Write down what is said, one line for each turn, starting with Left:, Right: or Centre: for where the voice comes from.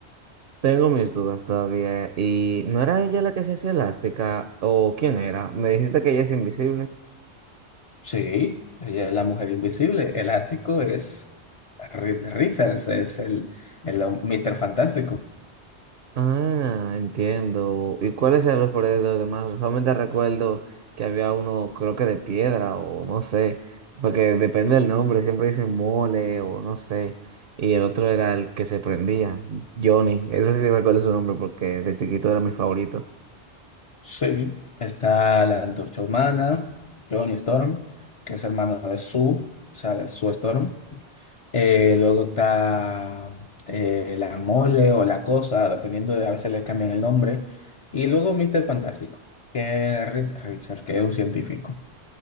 Right: Tengo mis dudas todavía. ¿Y no era ella la que se hacía elástica? ¿O quién era? Me dijiste que ella es invisible.
Left: Sí, ella es la mujer invisible. Elástico es Ri- Richards, es el, el hom- Fantástico.
Right: Ah, entiendo. ¿Y cuáles eran los poderes de los demás? Solamente recuerdo que había uno, creo que de piedra o no sé, porque depende del nombre, siempre dicen mole o no sé. Y el otro era el que se prendía, Johnny. Eso sí recuerdo su nombre porque de chiquito era mi favorito.
Left: Sí. Está la Antorcha Humana, Johnny Storm, que es hermano de Sue, o sea, de Sue Storm. Eh, luego está eh, la Mole o la Cosa, dependiendo de, a veces le cambian el nombre. Y luego Mr. Fantástico, que es Ri- Richards, que es un científico.